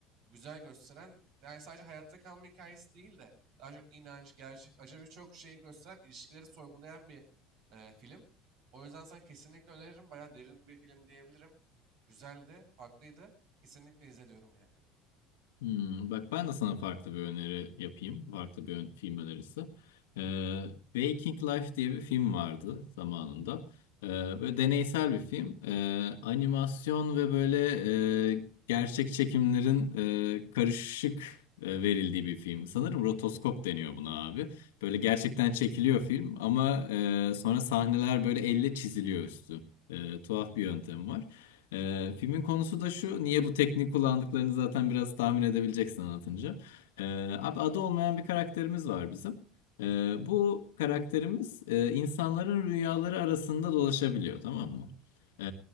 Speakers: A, on the right; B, on the left.
A: güzel gösteren, yani sadece hayatta kalma hikayesi değil de daha çok inanç, gerçek, acı birçok şeyi gösteren, ilişkileri sorgulayan bir e, film. O yüzden sana kesinlikle öneririm. Bayağı derin bir film diyebilirim. Güzeldi, farklıydı. Kesinlikle izle diyorum yani.
B: hmm. Bak ben de sana farklı bir öneri yapayım. Farklı bir ön- film önerisi. Ee, Waking Life diye bir film vardı zamanında. Ee, böyle deneysel bir film. Ee, animasyon ve böyle e, gerçek çekimlerin e, karışık e, verildiği bir film. Sanırım rotoskop deniyor buna abi. Böyle gerçekten çekiliyor film ama e, sonra sahneler böyle elle çiziliyor üstü. E, tuhaf bir yöntem var. Ee, filmin konusu da şu. Niye bu teknik kullandıklarını zaten biraz tahmin edebileceksin anlatınca. Ee, abi adı olmayan bir karakterimiz var bizim. Ee, bu karakterimiz e, insanların rüyaları arasında dolaşabiliyor tamam mı? Ee,